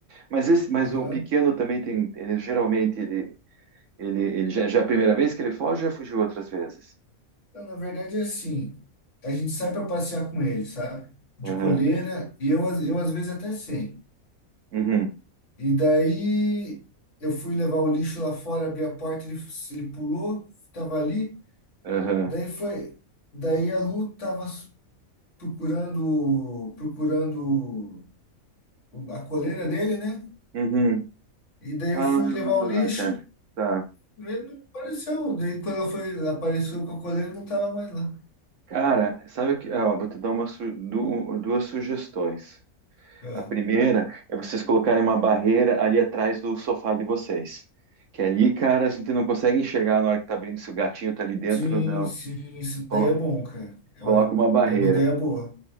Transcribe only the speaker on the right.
Mas esse, mas
o pequeno também tem, ele geralmente ele, ele, ele já, já é a primeira vez que ele foge, ou já fugiu outras vezes.
Aham,
uhum,
aham,
uhum.
Ah,
cara, tá.
Cara, sabe o que? ah, ó, vou te dar uma, su- du- duas sugestões.
A primeira é vocês colocarem uma barreira ali atrás do sofá de vocês. Que é ali, cara, a gente não consegue enxergar na hora que tá abrindo se o gatinho tá ali dentro
ou não.
Colo-
Coloca
uma barreira.